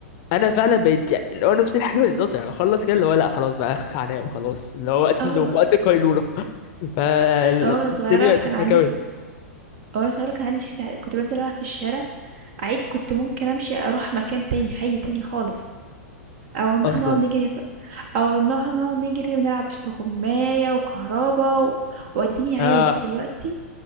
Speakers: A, on the left; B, on the right.
A: انا فعلا بقيت يعني اللي هو نفس الحاجة <laughs> بالظبط يعني اخلص كده اللي هو لا خلاص بقى اخ هنام خلاص اللي هو وقت
B: آه
A: النوم
B: والله
A: وقت القيلولة <laughs> فالدنيا
B: آه وأنا صغيرة
A: بقت
B: كان
A: تضحك
B: عندي
A: اوي
B: است وأنا صغيرة كان عندي است كنت بانزل ألعب في الشارع عادي كنت ممكن أمشي أروح مكان تاني حي تاني خالص، أو إن
A: اصلا
B: إحنا نقعد نجري أو نهنا نجري ونلعب استغماية وكهربا و وأديني عايش
A: اه
B: دلوقتي